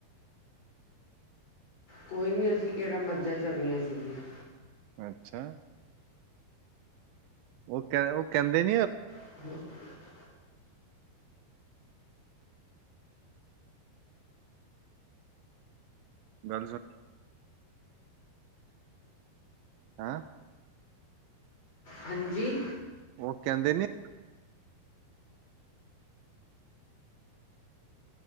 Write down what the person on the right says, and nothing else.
ਅੱਛਾ ਉਹ ਕਹਿੰਦੇ ਉਹ ਕਹਿੰਦੇ ਨੀ ਯ
ਗੱਲ ਸੁਣ ਹੈਂ
ਉਹ ਕਹਿੰਦੇ ਨੀ